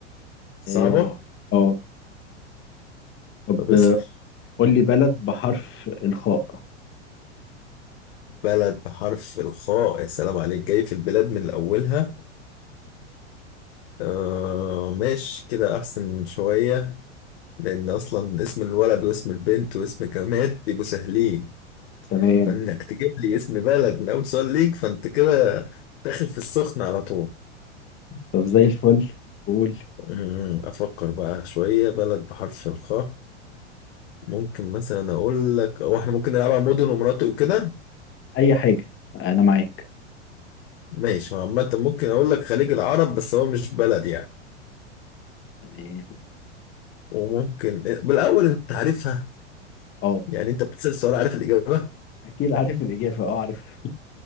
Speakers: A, on the left (about 60°); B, on the left (about 35°).
A: صعبه
B: اه آه. طب
A: طب
B: آه،
A: اسال
B: قول لي بلد بحرف الخاء
A: بلد بحرف الخاء يا سلام عليك جاي في البلاد من اولها آه ماشي كده احسن شويه لأن أصلا اسم الولد واسم البنت واسم الجماد بيبقوا سهلين
B: تمام
A: فإنك تجيب لي اسم بلد من أول سؤال ليك فأنت كده داخل في السخن على طول
B: طب زي الفل قول
A: أمم، أفكر بقى شوية بلد بحرف الخاء ممكن مثلا أقول لك هو إحنا ممكن نلعبها مدن ومناطق وكده
B: اي حاجة انا معاك
A: ماشي هو عامة ممكن أقول لك خليج العرب بس هو مش بلد يعني
B: تمام
A: وممكن بالأول أنت عارفها
B: اه
A: يعني أنت بتسأل السؤال عارف الإجابة
B: اكيد عارف الإجابة اه عارف <laughs>